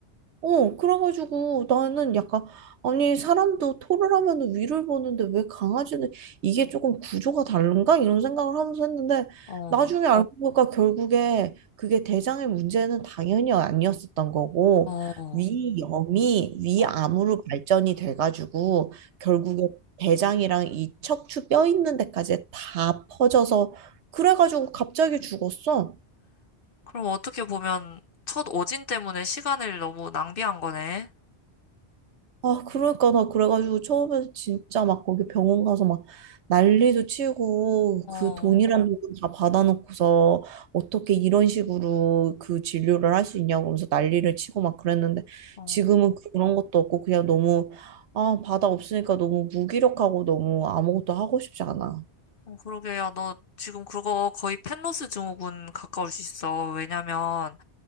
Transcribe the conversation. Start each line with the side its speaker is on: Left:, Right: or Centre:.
Right: 어, 그래가지고 나는 약간, 아니, 사람도 토를 하면 위를 보는데 왜 강아지는 이게 조금 구조가 다른가? 이런 생각을 하면서 했는데
Left: 어,
Right: 나중에 어, 알고 보니까 결국에 그게 대장의 문제는 당연히 아니었었던 거고
Left: 어,
Right: 위염이 위암으로
Left: 어.
Right: 발전이 돼가지고 결국에 대장이랑 이 척추 뼈 있는 데까지 다 퍼져서 그래가지고 갑자기 죽었어.
Left: 그럼 어떻게 보면 첫 오진 때문에 시간을 너무 낭비한 거네.
Right: 아, 그러니까 나 그래가지고 처음에 진짜 막 거기 병원 가서 막 난리도 치고
Left: 어,
Right: 그 돈이란 응. 돈다 받아놓고서 어떻게 이런 식으로 그 진료를 할 수 있냐고 그러면서 난리를 치고 막 그랬는데
Left: 어.
Right: 지금은 그런 것도 없고 그냥 너무 아, 바다 없으니까 너무 무기력하고 너무 아무것도 하고 싶지 않아.
Left: 어, 그러게, 야, 너 지금 그거 거의 펜로스 증후군 가까울 수 있어. 왜냐면,